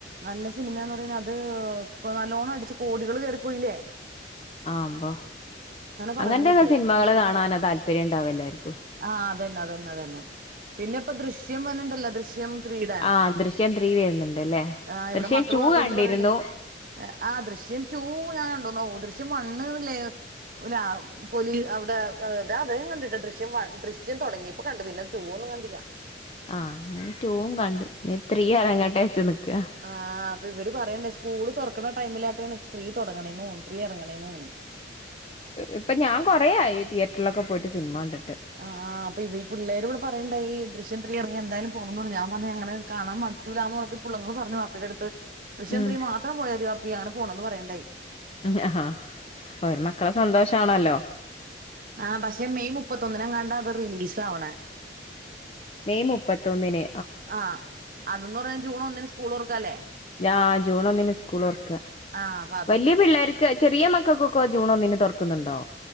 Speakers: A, on the right; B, on the left.
A: നല്ല സിനിമന്ന് പറയണത് അത് നല്ലോണം അടിച്ചു കോടികൾ കേയറിപ്പോയില്ലേ
B: ആകുബോ
A: പറയണ
B: അങ്ങനത്തെക്കെ
A: കേട്ട്
B: സിനിമകള് കാണാന താല്പര്യം ഉണ്ടാവല്ല എല്ലാരിക്കും
A: ആഹ് അതെന്നെ അതെന്നെ അതന്നെ പിന്നെ ഇപ്പൊ ദൃശ്യം വരുണ്ടല്ലോ ദൃശ്യം ത്രീയുടെ
B: ആഹ് ദൃശ്യം ത്രീ വരുന്നുണ്ട് അല്ലേ
A: ആ ഇവിടെ
B: ദൃശ്യം
A: മക്കള്
B: ടു
A: വാപ്പി
B: കണ്ടിരുന്നു
A: അടുത്ത് പറയണ്ടേ ആ ദൃശ്യം ടൂ ഞാൻ കണ്ടുന്നു ഓ ദൃശ്യം വണ്ണ് ല്ലേ ഓല്ല പോലീസ് അവിടെ അതെ ഇതാ ഇവരും കണ്ടിട്ട ദൃശ്യ ദൃശ്യം വൺ ദൃശ്യം തുടങ്ങയിപ്പോൊ കണ്ട പിന്നെ ടു ഒന്നും കണ്ടില്ല
B: ആഹ് ടൂ കണ്ടു ത്രീ യെറങ്ങോട്ടെ വെച്ച് നിക്ക
A: ആഹ് അപ്പൊ ഇവര് പറയണ്ടേ സ്കൂള് തുറക്കണ ടൈമിലാട്ടാണ് സ്ത്രീ തുടങ്ങണേന്ന് തോന്നു ത്രീ ഇറങ്ങണേ തേന്നുണു
B: ഇപ്പൊ ഞാൻ കുറേയായി തിയേറ്ററിലൊക്കെ പോയിട്ട് സിനിമ കണ്ടിട്ട്
A: ആഹ് അപ്പൊ ഇപ്പ ഈ പിള്ളേര് ഇവിടെ പറയണ്ടായി ദൃശ്യം ത്രീ ഇറങ്ങിയ എന്തായാലും പോണം ഞാൻ പറഞ്ഞങ്ങനെ കാണാൻ പറ്റൂലാന്ന് പറഞ്ഞു പിള്ളേര് പറഞ്ഞു വാപ്പിന്റെടുത്ത് ദൃശ്യം
B: ഉം
A: ത്രീ മാത്രം പോയ മതി വാപ്പി അങ്ങനെ പോണന്ന് പറയണ്ടായി
B: ഉം ആഹ് ഒരു മക്കളെ സന്തോഷാണല്ലോ
A: ആ പക്ഷെ മെയ് മുപ്പത്തൊന്നിനെങ്ങാണ്ട അത് റിലീസ് ആവണെ
B: മെയ് മുപ്പത്തൊന്നിന്
A: ആഹ് അതന്ന് പറഞ ജൂൺ ഒന്നിന് സ്കൂൾ തോറക്കല്ലേ
B: ഞാൻ ജൂണോന്നിന് സ്കൂള് തുറുക്ക
A: ആഹ് പ
B: വല്യ പിള്ളേർക്ക് ചെറിയ മക്കക്കൊക്കെ ജൂൺ ഒന്നിന് തുറക്കുന്നുണ്ടോ